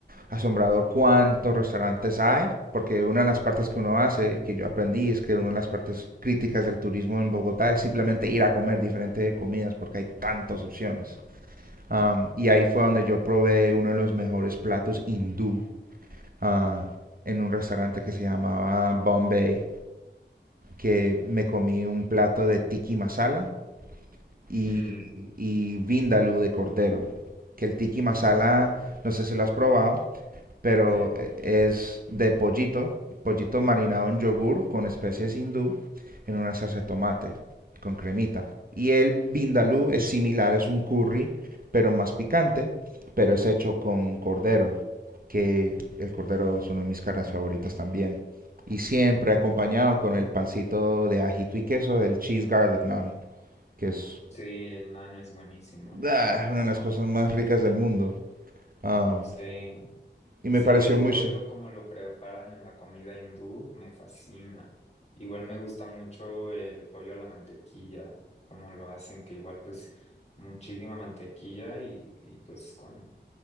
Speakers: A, on the right; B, on the left.
A: asombrador cuántos restaurantes hay, porque una de las partes que uno hace, que yo aprendí, es que una de las partes críticas del turismo en Bogotá es simplemente ir a comer diferentes comidas, porque hay tantas opciones. Um, y ahí fue donde yo probé uno de los mejores platos hindú ah, en un restaurante que se llamaba Bombay, que me comí un plato de tiki masala, y,
B: mm,
A: y vindaloo de cordero. Que el tiki masala,
B: ujú.
A: no sé si lo has probado, pero
B: Sí,
A: eh, es de pollito, pollito marinado en yogur con especies hindú en una salsa de tomate con cremita. Y el vindaloo es similar, es un curry, pero más picante, pero es hecho con cordero, que el cordero es una de mis carnes favoritas también. Y siempre acompañado con el pancito de ajito y queso, el cheese garlic naan, que es
B: sí, el nan es buenísimo.
A: Ah, una de las cosas más ricas del mundo. Am,
B: Sí.
A: y me
B: Sí,
A: pareció
B: el
A: mucho,
B: pollo como lo preparan en la comida hindú me fascina. Igual me gusta mucho el pollo a la mantequilla, como lo hacen, que igual pues muchísima mantequilla y, y pues con